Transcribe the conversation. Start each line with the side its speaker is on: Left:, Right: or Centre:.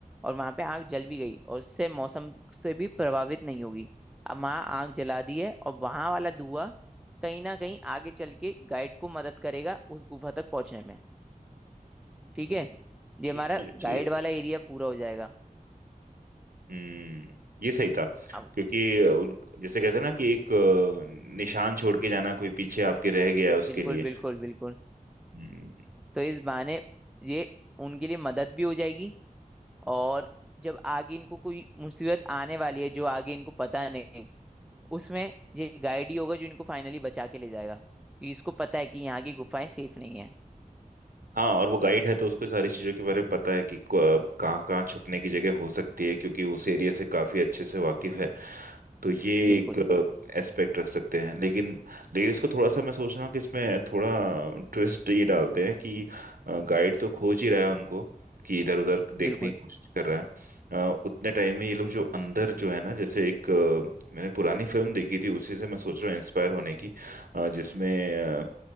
Centre: और वहां पे आंख जल भी गई और उससे मौसम से भी प्रभावित नहीं होगी अब वहां आंख जला दी है और वहां वाला धुआं कहीं ना कहीं आगे चल के गाइड को मदद करेगा उस गुफा तक पहुंचने में ठीक
Right: हम्म
Centre: है ये
Right: ये
Centre: हमारा
Right: चीज अच्छी
Centre: गाइड
Right: है
Centre: वाला एरिया पूरा हो जाएगा
Right: हम्म ये सही था
Centre: अब
Right: क्योंकि उन जैसे कहते हैं ना कि एक अ, निशान छोड़ के जाना कोई पीछे आपके रह गया है उसके
Centre: बिल्कुल
Right: लिए
Centre: बिल्कुल बिल्कुल
Right: हम्म,
Centre: तो इस बहाने ये उनके लिए मदद भी हो जाएगी और जब आगे इनको कोई मुसीबत आने वाली है जो आगे इनको पता नहीं उसमें ये गाइड ही होगा जो इनको फाइनली बचा के ले जाएगा कि इसको पता है कि यहाँ की गुफाएं सेफ नहीं है
Right: हाँ और वो गाइड है तो उसको सारी चीजों के बारे में पता है कि क- कहाँ कहाँ छुपने की जगह हो सकती है क्योंकि उस एरिया से काफी अच्छे से वाकिफ है तो ये
Centre: बिल्कुल
Right: एक एस्पेक्ट रख सकते हैं लेकिन लेकिन इसको थोड़ा सा मैं सोच रहा हूँ कि इसमें थोड़ा ट्विस्ट ये डालते हैं कि गाइड तो खोज ही रहा है उनको कि इधर उधर देखने
Centre: बिल्कुल
Right: की कोशिश कर रहा है अ, उतने टाइम में ये लोग जो अंदर जो है ना जैसे एक अ, मैंने पुरानी फिल्म देखी थी उसी से मैं सोच रहा हूँ इंस्पायर होने की अ, जिसमें अ,